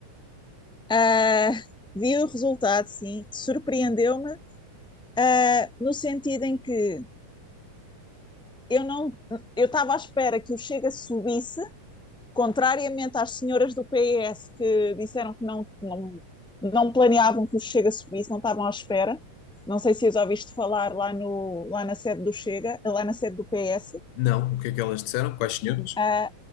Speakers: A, in the centre; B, on the left (about 80°).
A: Ah, vi o resultado, sim, surpreendeu-me, ah, no sentido em que eu não, eu estava à espera que o Chega subisse, contrariamente às senhoras do PS que disseram que não, não, não planeavam que o Chega subisse, não estavam à espera. Não sei se já ouviste falar lá, no, lá na sede do Chega, lá na sede do PS.
B: Não, o que é que elas disseram? Quais senhoras?
A: Uh,